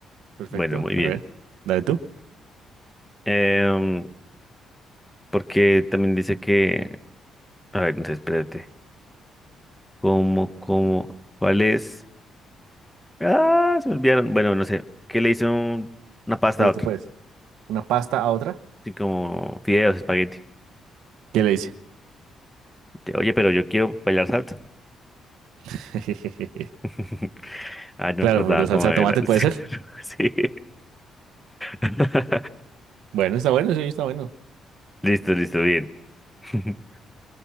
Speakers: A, on the right; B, in the centre.
A: Perfecto.
B: Bueno, muy bien.
A: A ver, dale tú.
B: Em, porque también dice que, a ver, entonces espérate, ¿cómo, cómo, cuál es? Ah, se me olvidaron. Bueno, no sé, ¿qué le hizo un- una pasta
A: Tú puedes,
B: a otro?
A: tú puedes. ¿Una pasta a otra?
B: Así como fideos, espagueti.
A: ¿Qué le dice?
B: Te- Oye, pero yo quiero bailar salsa.
A: <laughs>
B: <laughs> Ah, no
A: Claro,
B: me acordaba
A: por la salsa
B: cómo
A: de
B: era.
A: tomate
B: <laughs>
A: puede ser.
B: Sí. Sí. <laughs>
A: Bueno, está bueno, sí, está bueno.
B: Listo, listo, bien. <laughs>